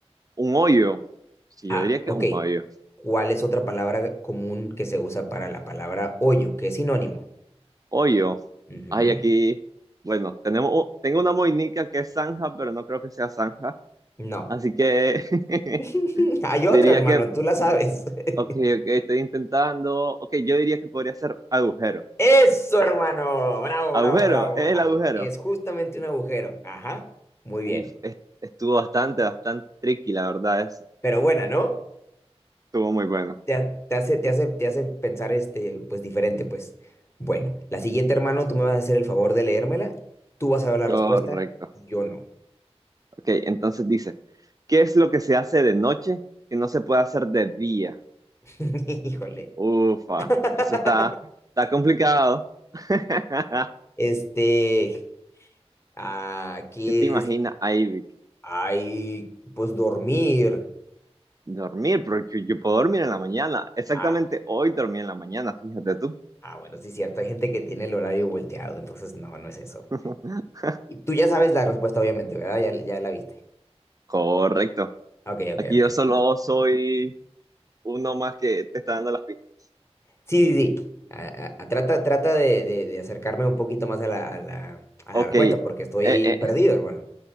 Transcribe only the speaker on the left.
Ah,
ok.
¿Cuál es otra palabra común que se usa para la palabra hoyo, que es sinónimo?
Ujú.
No.
<laughs> Hay otra,
hermano,
tú la sabes.
<laughs>
Eso, hermano. Bravo,
bravo, bravo.
Au.
Es justamente un agujero. Ajá. Muy bien.
Pero buena, ¿no?
Te, ha- te hace, te hace, te hace pensar este, pues diferente, pues. Bueno, la siguiente, hermano, tú me vas a hacer el favor de leérmela. Tú vas a ver la
respuesta, yo no.
<laughs> Híjole.
<laughs>
Este, aquí
es,
hay, pues dormir.
Ah,
ah, bueno, sí, cierto. Hay gente que tiene el horario volteado, entonces no, no es eso.
Y tú ya sabes la respuesta, obviamente, ¿verdad? Ya, ya la viste.
Ok, ok,
ok.
Sí, sí, sí. Ah, ah, trata, trata de, de- de acercarme un poquito más a la, a la, a
la respuesta,
porque estoy
perdido, hermano.